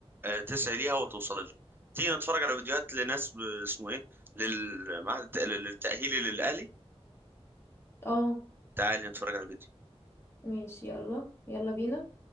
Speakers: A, on the right; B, on the left.
A: آه تسعي ليها وتوصل لها تيجي نتفرج على فيديوهات لناس ب- اسمه ايه للمعهد الت- للتأهيلي للأهلي
B: اه
A: تعالي نتفرج على فيديو
B: ماشي يلا يلا بينا